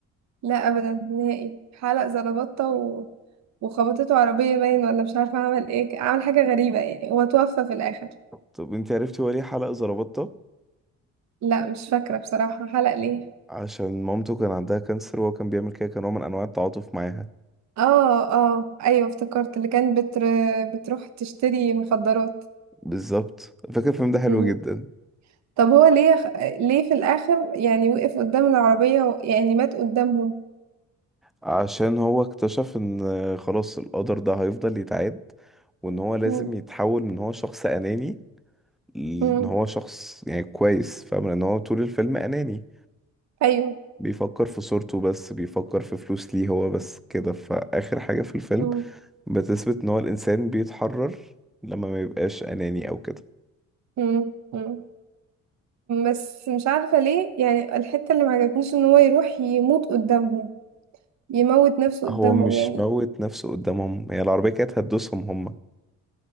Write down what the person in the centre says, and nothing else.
طب انتي عرفتي هو ليه حلق زربطة
عشان مامته كان عندها كانسر وهو كان بيعمل كده كان نوع من انواع التعاطف معاها
بالظبط فاكر الفيلم ده حلو
جدا
عشان هو اكتشف ان خلاص القدر ده هيفضل يتعاد وان هو لازم
يتحول من هو شخص اناني ان
هو شخص يعني كويس فاهم ان هو طول الفيلم اناني
بيفكر في صورته بس بيفكر في فلوس ليه هو بس كده فآخر حاجة في الفيلم
بتثبت ان هو الانسان بيتحرر لما ما يبقاش اناني او كده
هو مش
موت نفسه قدامهم هي العربية كانت هتدوسهم هم